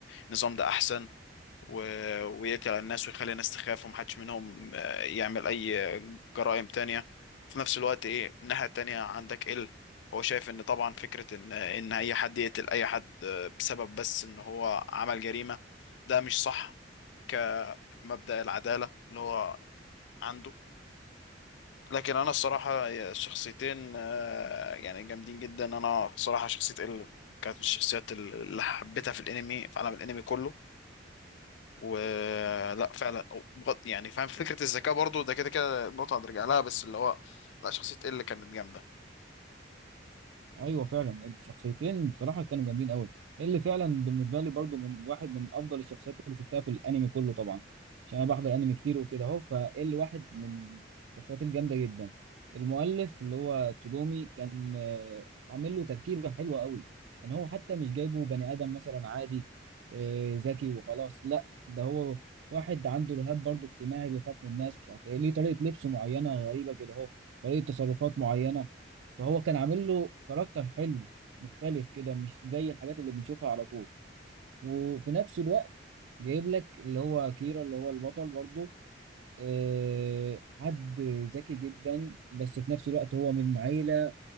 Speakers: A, on the left (about 70°); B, on the right (about 80°).
A: النظام ده احسن و... ويقتل على الناس ويخلي الناس تخاف ومحدش منهم آه، يعمل أي جرائم تانية في نفس الوقت إيه الناحية التانية عندك إل هو شايف إن طبعا فكرة إن إن أي حد يقتل أي حد آه، بسبب بس إن هو عمل جريمة ده مش صح كمبدأ العدالة اللي هو عنده لكن أنا الصراحة الشخصيتين آه، يعني جامدين جدا أنا صراحة شخصية إل كانت من الشخصيات اللي حبيتها في الانمي في عالم الانمي كله ولا فعلا بغض- يعني فاهم فكرة الذكاء برضو ده كده كده نقطة هنرجع لها بس اللي هو لا شخصية ال كانت جامدة
B: ايوه فعلا الشخصيتين بصراحه كانوا جامدين قوي اللي فعلا بالنسبه لي برضو من واحد من افضل الشخصيات اللي شفتها في الانمي كله طبعا عشان انا بحضر انمي كتير وكده اهو فاللي واحد من الشخصيات الجامده جدا المؤلف اللي هو تسوجومي كان آه، عامل له تركيبه حلوه قوي ان هو حتى مش جايبه بني ادم مثلا عادي آه، ذكي وخلاص لا ده هو واحد عنده رهاب برضو اجتماعي بيخاف من الناس مش عارف ايه ليه طريقه لبسه معينه غريبه كده اهو طريقه تصرفات معينه فهو كان عامل له كاركتر حلو مختلف كده مش زي الحاجات اللي بنشوفها على طول وفي نفس الوقت جايب لك اللي هو كيرا اللي هو البطل برضه آه، حد ذكي جدا بس في نفس الوقت هو من عيلة